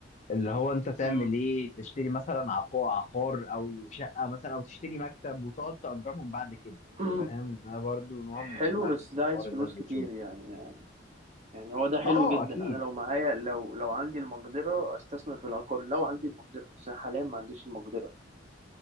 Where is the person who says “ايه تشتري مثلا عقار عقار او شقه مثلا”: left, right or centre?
Left